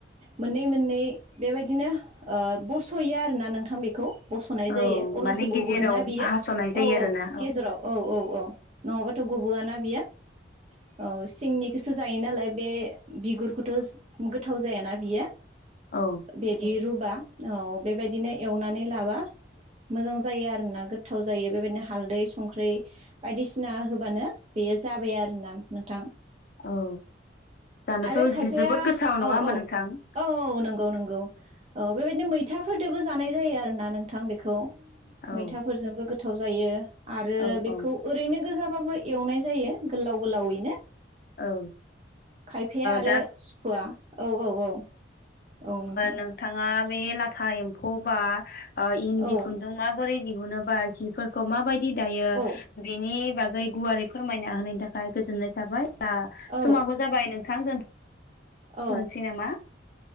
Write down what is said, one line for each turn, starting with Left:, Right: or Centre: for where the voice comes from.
Right: मोननै मोननै बेबायदिनो बस'या आरोना नोंथां बेखौ बस'नाय
Left: औ
Right: जायो अब्लासो
Left: माने
Right: गबगोन
Left: गेजेराव
Right: ना बियो
Left: हास'नाय जायो
Right: औ औ
Left: आरोना
Right: गेजेराव औ औ औ नङाबाथ' गुबबोआ ना बियो औ सिंनि गोसो जायो नालाय बे बिगुरखौथ' गोथाव जायाना बियो
Left: औ
Right: बे द रुबा औ बेबायदिनो एवनानै लाबा मोजां जायो आरोना गोथाव जायो बेबायदिनो हालदै संख्रि बायदिसिना होबानो बेयो जाबाय आरो ना नोंथां
Left: औ जानोथ'
Right: आरो खायफाया
Left: जोबोद गोथाव नङा
Right: औ
Left: होमबा
Right: औ
Left: नोंथां
Right: औ औ नंगौ नंगौ औ बेबायदिनो मै मैथाफोरजोंबो जानाय जायो आरोना नोंथां बेखौ
Left: औ
Right: मैथाफोरजोंबो गोथाव जायो आरो
Left: औ
Right: बेखौ
Left: औ
Right: ओरैनो गोजाबाबो एवनाय जायो गोलाव गोलावैनो
Left: औ ओ
Right: खायफाया आरो
Left: दा
Right: सुखुवा औ औ औ औ नोंथां
Left: नोंथाङा बे लाथा एम्फौ बा इन्दि
Right: औ
Left: खुन्दुं माबोरै दिहुनोबा जिफोरखौ माबायदि दायो
Right: औ
Left: बेनि बागै गुवारै फोरमायना होनायनि थाखाय गोजोननाय थाबाय दा
Right: औ
Left: समाबो जाबाय नोंथां दोन <inaudible>
Right: औ
Left: थनसै नामा?